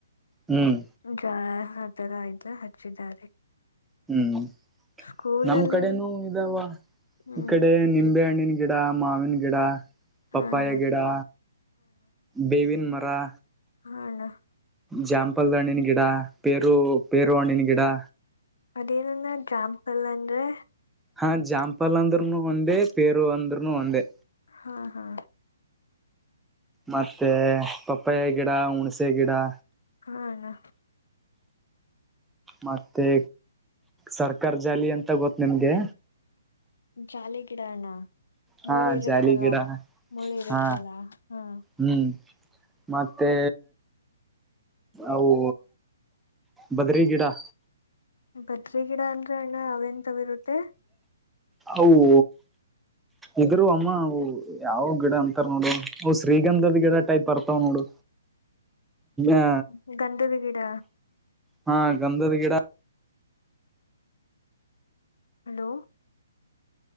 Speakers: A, in the centre; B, on the left (about 75°).
A: ಹ್ಮ್
B: ಜೋಳ. ಆ ತರ ಎಲ್ಲಾ ಹಚ್ಚಿದ್ದಾರೆ.
A: ಹ್ಮ್
B: ಸ್ಕೂಲಲ್ಲಿ
A: ನಮ್ ಕಡೆನೂ ಇದಾವ
B: ಹ್ಮ್
A: ಈ ಕಡೆ ನಿಂಬೆ ಹಣ್ಣಿ ಗಿಡಾ ಮಾವಿನ ಗಿಡಾ
B: ಹಾ
A: ಪಾಪ್ಪಾಯ
B: ಅಣ್ಣ
A: ಗಿಡಾ ಬೇವಿನ ಮ ರಾ
B: ಹ ಅಣ್ಣಾ.
A: ಜಾಂಪಲ್ದ ಹಣ್ಣಿನ ಗಿಡಾ ಪೇರು ಪೇರು ಹಣ್ಣಿನ ಗಿಡಾ
B: ಅದೇನ ಅಣ್ಣಾ ಜ್ಯಾಂಪಲ್ ಅಂದ್ರೆ.
A: ಹಾ ಜಾಂಪಲ್ ಅಂದ್ರನು ಒಂದೇ ಪೇರು ಅಂದ್ರನು ಒಂದೇ.
B: ಹಾ ಹಾ
A: ಮತ್ತೆ ಪಪ್ಪಾಯ ಗಿಡಾ ಹುಣ್ಸೆ ಗಿಡಾ.
B: ಹಾ ಅಣ್ಣಾ.
A: ಮತ್ತೆ ಸರ್ಕಾರ ಜಾಲಿ ಅಂತ ಗೊತ್ತ ನಿಮ್ಗೆ.
B: ಜಾಲಿ ಗಿಡ ಅಣ್ಣ.
A: ಹಾ
B: ಮುಳ್ಳ ಇರುತ್ತಲ್ಲ
A: ಜಾಲಿ ಗಿಡ
B: ಮುಳ್ಳ ಇರುತ್ತಲ್ಲ
A: ಹಾ
B: ಹ್.
A: ಹ್ಮ್ ಮತ್ತೆ ಅವು ಬದ್ರಿ ಗಿಡಾ.
B: ಬದ್ರಿ ಗಿಡಾ ಅಂದ್ರ ಅಣ್ಣ ಅವೆಂತಾವಿರುತ್ತೆ.
A: ಅವೂ ಇದರುವ ಅಮ್ಮ ಅವೂ ಯಾವ ಗಿಡ ಅಂತಾರ ನೋಡು ಶ್ರೀಗಂಧದ ಗಿಡ ಟೈಪ್ ಬರ್ತಾವ್ ನೋಡು.
B: <unintelligible>
A: ಅ
B: ಗಂಧದ ಗಿಡ
A: ಹಾ ಗಂಧದ ಗಿಡ
B: ಹಲೋ.